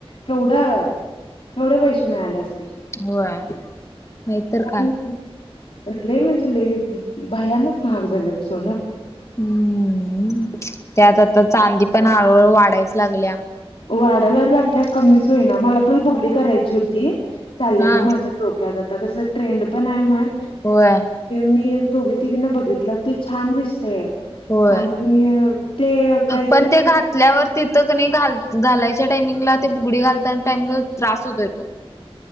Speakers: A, on the left (about 65°); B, on the left (about 30°).
A: केवढा, केवढे पैसे मिळाले असते.
B: होय, नाही तर
A: कारण
B: काय!
A: लय म्हणजे लय भयानक महाग झालयं गं सोनं!
B: हम्म, त्यात आता चांदी पण हळूहळू वाढायचं लागल्या.
A: वाढायला लागल्या कमीच होईना. मला पण बुगडी करायची होती, चाललेलं
B: हा
A: माझं डोक्यात आता कस ट्रेंड पण आहे म्हण.
B: होय.
A: मी दोघी-तिघीनां बघितलं होतं, छान दिसतयं.
B: होय
A: आणि ते काहीतरी
B: पण ते घातल्यावर तिथं कां नाही, घाल घालायच्या टाइमिंगला ते बुगडी घालता टाइमला त्रास होतोय तो?